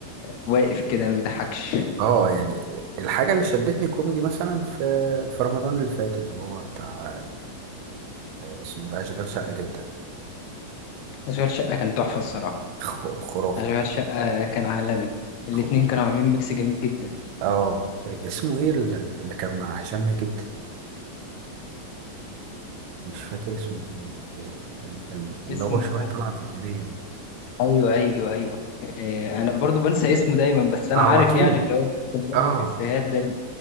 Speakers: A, on the left; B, on the right.
A: واقف كده ما بيضحكش
B: اه يعني الحاجه اللي شدتني كوميدي مثلا في في رمضان اللي فات اللي هو بتاع آه، اسمه ده اشغال شقه جدا
A: اشغال شقة كان تحفة الصراحة
B: <laughs> خ- خرافه
A: اشغال شقة كان عالمي الاتنين
B: خرافه
A: كانوا عاملين ميكس جميل جدا
B: اه اسمه ايه اللي اللي كان مع هشام ماجد مش فاكر اسمه ايه ال- ال- اللي
A: اسمه
B: هو شبه طلعت زكريا
A: ايوه ايوه ايوه إيه انا برضو بنسى اسمه دايما بس انا
B: على
A: عارف
B: طول
A: يعني اللي هو كان بيعمل
B: اه
A: افيهات دايما